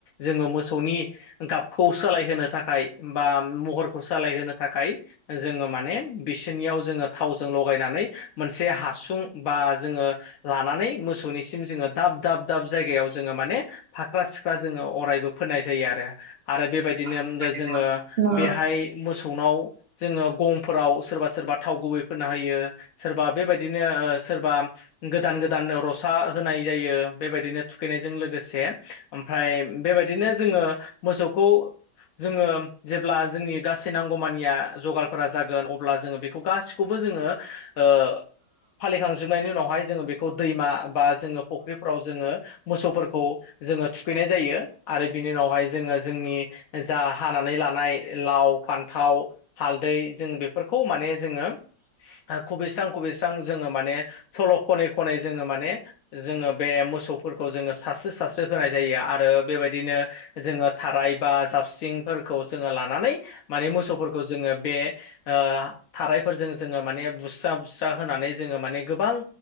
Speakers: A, on the left; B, on the right.
A: जोङो मोसौनि गाबखौ सोलायहोनो थाखाय बा महरखौ सोलायहोनो थाखाय जोङो माने बिसोरनियाव जोङो थावजों लगाय नानै मोनसे हासुं बा जो लानानै मोसौ मोसौनिसिम जोङो दाब दाब दाब जायगायाव जोङो माने फाख्रा सिख्रा जोङो अरायबो फोननाय जायो आरो आरो बेबायदिनो
B: आरो बेबायदिनो
A: जोङो
B: नंगौ
A: बेहाय मोसौनाव जोङो गंफोराव सोरबा सोरबा थाव गुबै फोनना होयो सोरबा बेबायदिनो सोरबा गोदान गोदान रसा होनाय जायो बेबायदिनो थुखैनायजों लोगोसे ओमफ्राय बेबायदिनो जोङो मोसौखौ जोङो जेब्ला जोंनि गासै नांगौमानिया जगारफोरा जागोन अब्ला जोङो बेखौ गासिखौबो खौबो जोङो ओ फालिखांजोबनायनि उनावहाय जोङो बेखौ दैमा बा जोङो फुख्रिफ्राव जोङो मोसौफोरखौ जोङो थुखैनाय जायो आरो बिनि उनावहाय जोङो जोंनि जा हानानै लानाय लाव फान थाव हालदै जों बेफोरखौ माने जोङो खुबैस्रां खुबैस्रां जोङो माने सल' खनै खनै जोङो माने जोङो बे मोसौफोरखौ जोङो सारस्रि सारस्रि होनाय जायो आरो बेबायदिनो जोङो थाराय बा जा हाबसिंफोरखौ जोङो लानानै माने मोसौफोरखौ जोङो बे ओ थाराइफोरजों जोङो माने बुसु बुस्रा बुस्रा होनानै जोङो माने गोबां